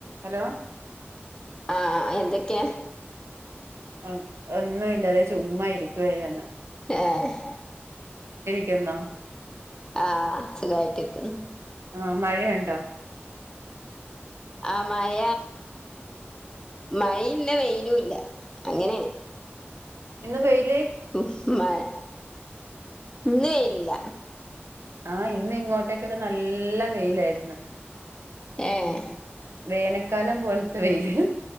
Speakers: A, on the right; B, on the left.
A: Hello
B: ആഎന്തൊക്കെയാ
A: ആ എന്ന് ല്ലവെ ചുമ്മാ ഇരിക്കുവ വന്ന്
B: ആഹ്
A: ക്കെന്നാ
B: ആഹ്, സുഖമായിട്ടിരിക്കുന്നു.
A: ആ മഴയുണ്ടോ
B: ആഹ് മഴ മഴയുമില്ല വെയിലുമില്ല അങ്ങനെ
A: ഇന്നു വെയിൽ
B: ഉം മഴ ഒന്നുമില്ല
A: ആഹ് ഇന്നിങ്ങോട്ടേക്കക്ക നല്ല വെയിലാരുന്നു.
B: ഏഹ്
A: വേനൽക്കാലം പോലത്തെ വെയിൽ